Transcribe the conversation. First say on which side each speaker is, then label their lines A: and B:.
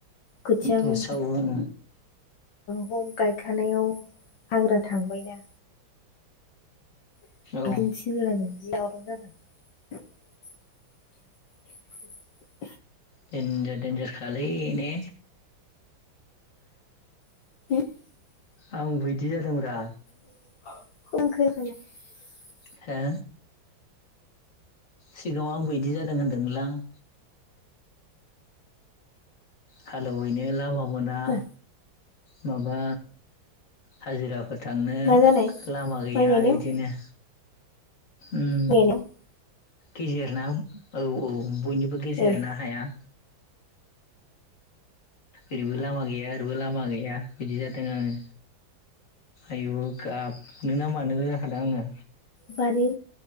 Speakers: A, on the left (about 70°); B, on the left (about 40°).
A: खोथियाखौ
B: बुसावो ओ।
A: औ गायखानायाव हाग्रा थांबायना। <unintelligible>
B: औ
A: <inaudible>
B: देन्जार देन्जार खालै ने?
A: <inaudible>
B: आं बिदि जादोंब्रा।
A: <unintelligible>
B: हो? सिगाङाव आंबो इदि जादों होनदोंमोनलां। हालौ हैनो लामा मोना।
A: मा
B: माबा हाजिराफोर थांनो
A: मा जानाय
B: लामा गैया
A: माइ गायनायाव
B: इदिनो। उम
A: माइ गायनायाव
B: गेजेरना। औ औ बयनिबो गेजेर
A: ओ
B: ना हाया। ओरैबो लामा गैया ओरैबो लामा गैया बिदि जादों आङो। आयु! गाबनोना मानो जाखादों आङो।
A: बारि